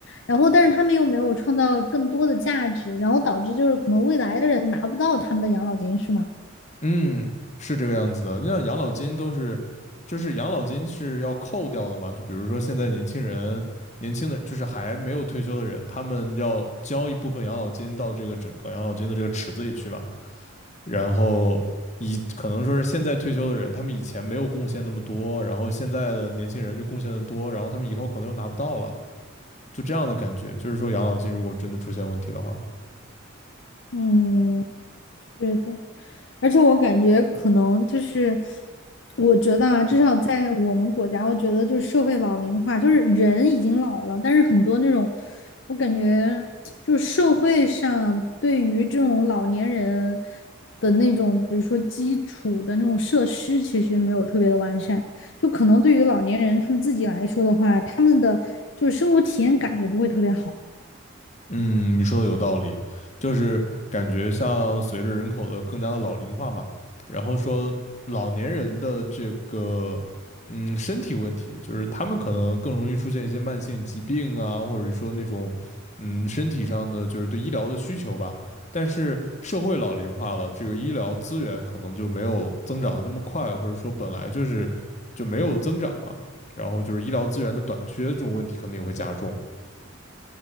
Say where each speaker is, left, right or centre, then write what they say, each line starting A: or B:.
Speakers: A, on the left; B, on the left.
A: 然后但是他们又没有创造更多的价值，然后导致就是可能未来的人拿不到他们的养老金，是吗？
B: 嗯，是这个样子的。你像养老金都是，就是养老金是要扣掉的嘛。就比如说现在年轻人，年轻的就是还没有退休的人，他们要交一部分养老金到这个整个养老金的这个池子里去嘛。然后以可能说是现在退休的人，他们以前没有贡献那么多，然后现在的年轻人就贡献的多，然后他们以后可能又拿不到了，就这样的感觉。就是说养老金如果真的出现问题的话。
A: 嗯，是的，而且我感觉可能就是，我觉得啊，至少在我们国家，我觉得就是社会老龄化，就是人已经老了，但是很多那种，我感觉就是社会上对于这种老年人的那种，比如说基础的那种设施，其实没有特别的完善，就可能对于老年人他们自己来说的话，他们的就是生活体验感也不会特别好。
B: 嗯，你说的有道理，就是感觉像随着人口的更加的老龄化嘛，然后说老年人的这个嗯身体问题，就是他们可能更容易出现一些慢性疾病啊，或者说那种嗯身体上的就是对医疗的需求吧。但是社会老龄化了，这个医疗资源可能就没有增长的那么快，或者说本来就是就没有增长嘛，然后就是医疗资源的短缺这种问题可能也会加重。